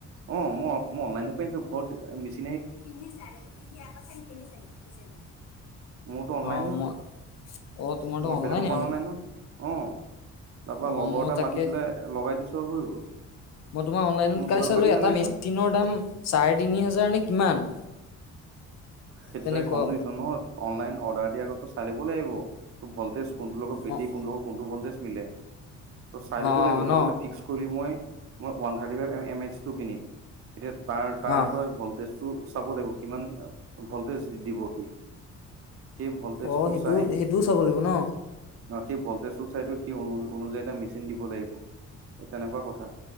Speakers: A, on the right; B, on the left.
A: অ' ম-মই অনলাইনপাই আনিছো ঘৰত মেচি
B: কিনিচা এইটো <unintelligible>
A: মোৰতো অনলাইনহে
B: অ' ম, অ' তোমাৰতো
A: মই
B: অনলাইন
A: বেলেগৰ পৰা
B: মানে?
A: অনা নাই নহয় অ' তাৰপৰা
B: অ',
A: লগৰ
B: ময়ো
A: এটা
B: তাকে
A: মাতি পেলাই লগাই দিছোঁ আৰু হৈ গ'ল।
B: মই তোমাৰ অনলাইনত
A: মোৰ
B: কালি
A: দোকানৰ
B: চালো,
A: পৰা কিনা
B: এটা
A: নাই
B: মেচিনৰ
A: নহয়
B: দাম চাৰে তিনি হাজাৰ নে কিমান।
A: সেইটো
B: তেনেকুৱা
A: চাগে কম জোৰিটো, নহয় অনলাইন অৰ্ডাৰ দিয়াৰ আগেতো চাই লিব লাগিব। ভলতেজ কোনটোৰ লগত বেটেই
B: অ',
A: কোন লগত কোনটো ভলতেজ মিলে। তোৰ চাই ল'ব
B: অ',
A: লাগিব, তই
B: ন
A: বোলে ফিক্স কৰিলি, মই মই one thirty five M H টো কিনিম। এতিয়া তাৰ তাৰ
B: অ',
A: তই ভল্টেজটো চাব লাগিব কিমান ভল্টেজ দি দিবহি, সেই ভল্টেজটো
B: অ', সেইটো
A: চাই
B: সেইটোও চাব লাগিব ন?
A: অ' সেই ভল্টেজ চাইটো সেই অনু-অনুযায়ী এটা মেচিন দিব লাগিব, তেনেকুৱা কথা।